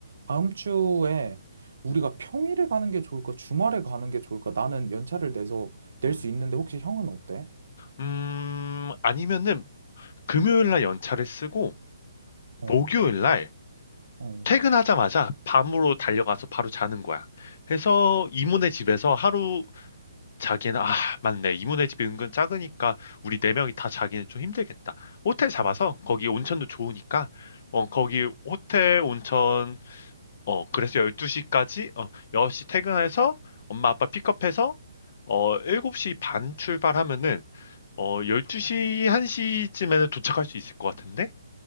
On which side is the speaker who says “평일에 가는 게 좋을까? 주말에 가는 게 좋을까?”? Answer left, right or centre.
Right